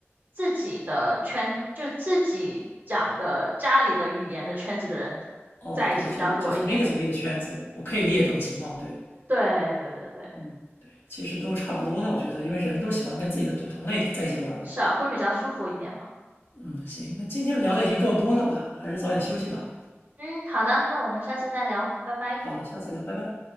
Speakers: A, on the right; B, on the left.
A: 自己的圈，就自己讲的家里的语言的圈子的人
B: 哦，
A: 在一起比较多一点。
B: 对，就就同一个族裔的圈子，我可以理解这种情况。对，
A: 对对对对，
B: 嗯，对，其实都差不多了，我觉得，因为人都喜欢跟自己的同同类在一起玩嘛。
A: 是啊，会比较舒服一点嘛。
B: 嗯，行，那今天聊的已经够多了吧？还是早点休息吧。
A: 嗯，好的，那我们下次再聊，拜拜。
B: 好的，下次聊，拜拜。